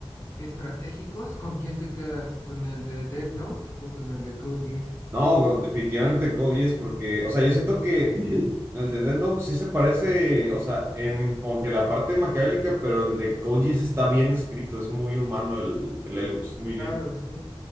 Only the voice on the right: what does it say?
No, definitivamente Code Geass porque, o sea, yo siento que <clears throat> el de Death Note sí se parece, o sea, en como que la parte maquiavélica, pero el de Code Geass está bien escrito, es muy humano el, el Lelouch, es muy
bien.